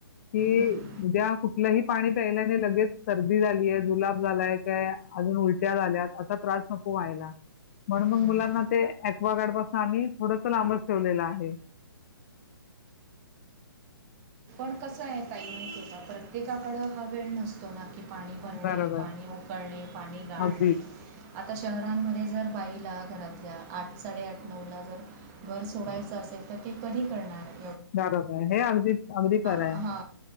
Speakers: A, on the left; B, on the right.
A: की
B: हं,
A: उद्या कुठलंही पाणी प्यायल्याने लगेच सर्दी झालीय जुलाब झालाय काय अजून उलट्या झाल्यात असा त्रास नको व्हायला. म्हणून मग
B: हं.
A: मुलांना ते क्वागारड पासन आम्ही थोडंस लांब- ठेवलेला आहे.
B: क आहे त मा होता प्रत्येकाकड हा वेळ नसतो ना- पणी भरणे
A: बरोबर,
B: पणी उकडणे पाणी गाढणे.
A: अगदी
B: आता शहरांमध्ये जर बाईला- घरातल्या आठ साडेआठ नऊला जर घर सोडायचं असेल तर ते कधी करणार आहे.
A: द हे अगदी अगदी खर
B: हा
A: आहे.